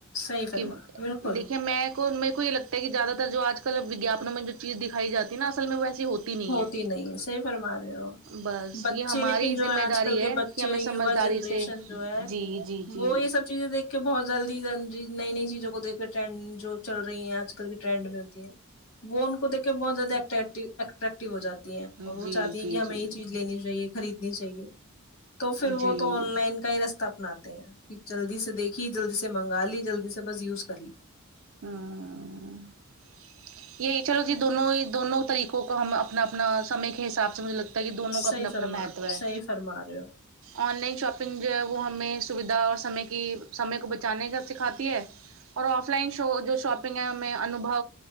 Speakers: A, on the left; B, on the right.
A: صحیح فرما
B: کہ
A: رہے ہیں، بالکل
B: دیکھے میں میرے کو یہ لگتا ہے کہ زیادہ تر جو آج کل ویگیگپانوں میں جو چیز دکھائی جاتی نا اصل میں ویسی ہوتی نہیں
A: ہوتی
B: ہے
A: نہیں صحیح فرما رہے ہو
B: بس
A: بچے
B: یہ ہماری
A: لیکن جو
B: ذمہ
A: ہے آج
B: داری
A: کل کے
B: ہے
A: بچ
B: کہ ہمیں
A: یوا
B: سمجھداری
A: جنریشن
B: سے
A: جو ہے
B: جی جی جی
A: وہ یہ سب سب چیزیں دھ کے بہت جلدی نئی نئی چیزوں کو دیکھ کے ٹرینڈ جو چل رہی ہیں آج کل کی ٹرینڈ میں ہوتی ہے وہ ان کو دیکھ کے بہت زیادہ اٹریکٹو اٹریکٹو ہو جاتی ہے
B: جی
A: اور وہ چاہتی
B: جی
A: ہیں کہ ہمیں
B: جی
A: یہ چیز لینی چاہیے خریدنی چاہیے تو پھر
B: جی
A: وہ تو آن لائن کا ہی رستہ اپناتے ہیں کہ جلدی سے دیکھیے جلدی سے منگا لی جلدی سے بس یوز کر لی
B: ہوں یہی چلو جی دونوں ہی دونوں طریقوں کا ہم اپنا اپنا سمے کے حساب سے مجھے لگ تاکہ دونوں کا
A: صحیح
B: اپنا اپنا
A: فرما
B: مہتو
A: رہے ہو
B: ہے
A: صحیح فرما رہے ہو
B: آن لائن شاپنگ جو ہے وہ ہمیں سویدھا اور سمے کی سمے کو بچانے کا سکھاتی ہے ہ اور آف لائن شو جو شاپنگ ہے ہمیں انوبو